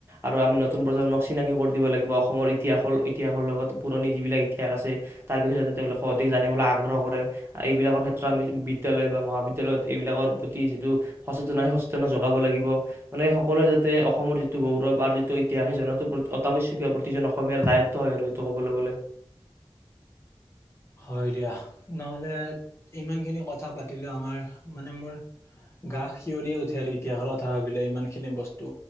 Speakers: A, on the right; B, on the left.
A: আৰু আমি নতুন প্ৰজন্মক চিনাকি কৰি দিব লাগিব অসমৰ ইতিহাসৰ ইতিহাসৰ লগত পুৰণি যিবিলাক ইতিহাস আছে, তাৰ বিষয়ে যাতে তেওঁলোকক অধিক জানিবলৈ আগ্ৰহ কৰে এইবিলাকৰ ক্ষেত্ৰত আমি বিদয়ালয় বা মহাবিদ্যালয়ত এইবিলাকৰ প্ৰতি যিটো সচেতন সেই সচেতন যোগাব লাগিব, মানে সকলোৱে যাতে অসমৰ যিটো গৌৰৱ আৰু যিটো ইতিহাস সেই জনটো অতাৱশ্যকীয় প্ৰতিজন অসমীয়াৰ দায়ত্ব হয় আৰু সেইটো কবলৈ গলে।
B: হয় দিয়া, নহলে ইমানখিনি কথা পাতিলো আমাৰ মানে মোৰ গা'সিহৰি উঠে আৰু ইতিহাসৰ কথা ভাবিলে ইমান খিনি বস্তু